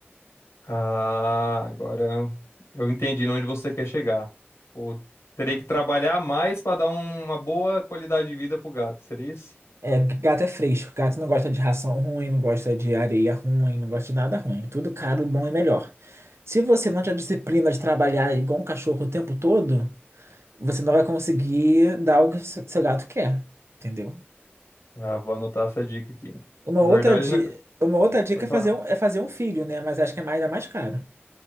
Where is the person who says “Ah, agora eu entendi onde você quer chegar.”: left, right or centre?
Left